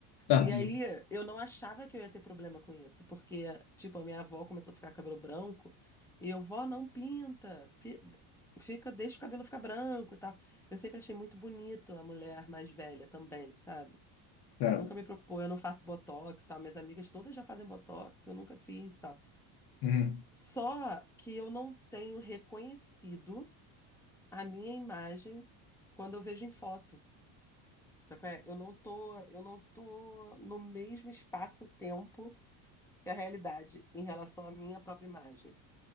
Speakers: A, on the left (about 55°); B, in the centre.
A: Tadinho.
B: E aí, eu não achava que eu ia ter problema com isso, porque, tipo, a minha avó começou a ficar com cabelo branco e eu, vó, não pinta. Fi- Fica, deixa o cabelo ficar branco e tal. Eu sempre achei muito bonito a mulher mais velha também, sabe?
A: Certo.
B: Nunca me preocupou, eu não faço botox, tal. Minhas amigas todas já fazem botox, eu nunca fiz, tal.
A: Uhum.
B: Só que eu não tenho reconhecido a minha imagem quando eu vejo em foto. Sabe qual é? Eu não tô, eu não tô no mesmo espaço-tempo que a realidade em relação à minha própria imagem.